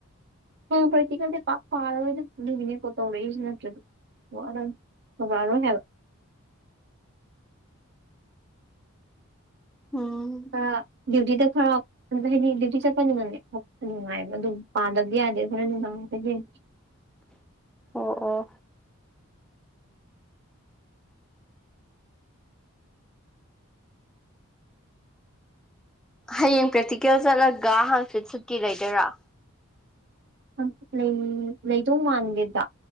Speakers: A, on the right; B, in the centre.
A: ꯍꯌꯦꯡ ꯄ꯭ꯔꯦꯛꯇꯤꯀꯦꯜꯗꯤ ꯄꯥꯛ ꯄꯥꯔꯥꯔꯣꯏꯗ ꯑꯗꯨꯒꯤꯅꯦ ꯀꯣꯜ ꯇꯧꯔꯛꯑꯤꯁꯤ ꯅꯠꯇ꯭ꯔꯗꯤ <unintelligible> ꯇꯧꯔꯛꯑꯔꯣꯏ ꯍꯥꯏꯕ
B: ꯎꯝ
A: ꯈꯔ ꯗ꯭ꯌꯨꯇꯤꯗ ꯈꯔ ꯍꯥꯏꯗꯤ ꯗ꯭ꯌꯨꯇꯤ ꯆꯠꯄꯅꯤꯅꯅꯦ ꯊꯕꯛꯇ ꯅꯨꯡꯉꯥꯏꯑꯦꯕ ꯑꯗꯨꯝ ꯄꯥꯗꯕꯗꯤ ꯌꯥꯗꯦ ꯍꯣꯔꯦꯟ ꯅꯨꯡꯗꯥꯡ ꯍꯥꯏꯐꯦꯠ ꯌꯦꯡꯒꯦ
B: ꯑꯣ ꯑꯣ ꯍꯌꯦꯡ ꯄ꯭ꯔꯦꯛꯇꯤꯀꯦꯜ ꯆꯠꯂꯒ ꯍꯥꯡꯆꯤꯠ ꯁꯨꯇꯤ ꯂꯩꯗꯣꯏꯔꯣ
A: ꯍꯪ ꯂꯩ ꯂꯩꯗꯧ ꯃꯥꯟꯗꯦꯗ